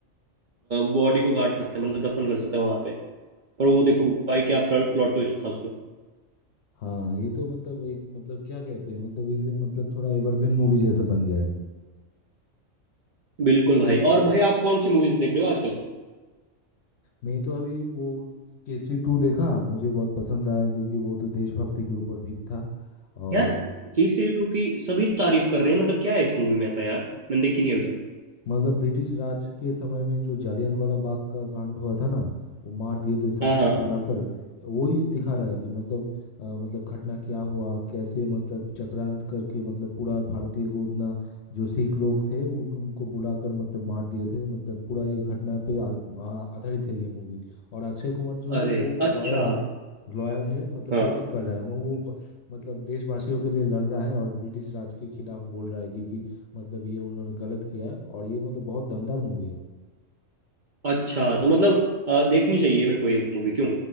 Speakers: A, on the right (about 50°); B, on the left (about 60°).
A: बॉडी को काट सकता है मतलब दफन कर सकता है वहां पे पर वो देखो भाई क्या प्लॉट ट्विस्ट था उसमें
B: हाँ ये तो मतलब एक मतलब क्या कहते हैं मतलब इसे मतलब थोड़ा एवरग्रीन मूवी जैसा बन गया है
A: बिल्कुल भाई और भाई आप कौन सी मूवीज देख रहे हो आजकल
B: मैं तो अभी वो केसरी टू देखा मुझे बहुत पसंद आया क्योंकि वो तो देशभक्ति के ऊपर भी था और
A: यार केसरी टू की सभी तारीफ कर रहे हैं मतलब क्या है इस मूवी में ऐसा यार मैंने देखी नहीं अभी तक
B: मतलब ब्रिटिश राज के समय में जो जालियनवाला बाग का कांड हुआ था ना वो मार दिए थे सबको
A: हाँ हाँ
B: बुलाकर वही दिखा रहा है कि मतलब अ, मतलब घटना क्या हुआ कैसे मतलब चक्रांत करके मतलब पूरा भारतीय को उतना जो सिख लोग थे उन, उनको बुलाकर मतलब मार दिए थे मतलब पूरा ये घटना पे आ, आ- आधारित है ये मूवी और अक्षय कुमार जो
A: अरे
B: है वो
A: अच्छा
B: लॉयर है लॉयर है मतलब
A: हाँ
B: प्रोटेक्ट कर रहा है वो वो ब- मतलब देशवासियों के लिए लड़ रहा है और ब्रिटिश राज के खिलाफ बोल रहा है कि, कि मतलब ये उन्होंने गलत किया और ये मतलब बहुत दमदार मूवी है
A: अच्छा तो मतलब अ, देखनी चाहिए मेरे को ये मूवी क्यों